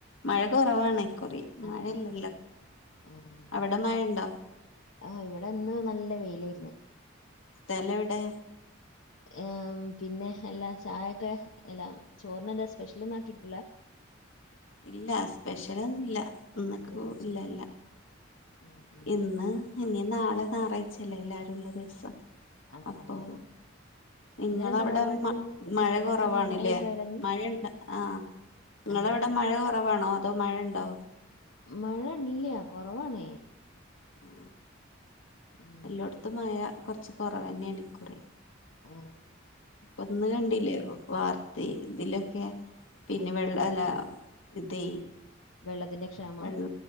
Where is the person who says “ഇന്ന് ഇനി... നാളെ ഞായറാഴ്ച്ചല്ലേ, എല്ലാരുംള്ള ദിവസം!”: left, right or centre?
Left